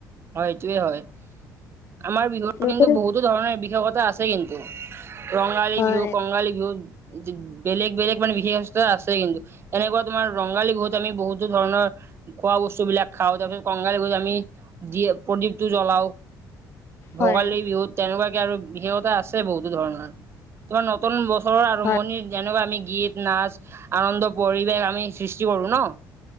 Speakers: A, on the right; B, on the left.
A: হয় সেটোৱে হয় আমাৰ বিহুৰ
B: নতুন
A: কিন্তু বহুতো ধৰণৰ বিশেষতা আছে কিন্তু। ৰঙালী
B: হয়
A: বিহু কঙালী বিহু। বেলেগ বেলেগ মানে বিশেষস্ত আছে কিন্তু এনেকুৱা তোমাৰ ৰঙালী বহুত আমি বহুতো ধৰণৰ। খোৱা বস্তু বিলাক খাওঁ তাৰপিছত কংগালি বুলি আমি দিয়ে প্ৰদীপটো জ্বলাও,
B: হয়
A: ভোগালীৰ বিহুত তেনেকুৱা- আৰু বিশেষতা আছে বহুতো ধৰণৰ তোমাৰ নতুন বছৰৰ আৰম্ভণি
B: হয়
A: যেনেকুৱা আমি। গীত নাচ আনন্দ পৰিৱেশ আমি সৃষ্টি কৰোঁ ন।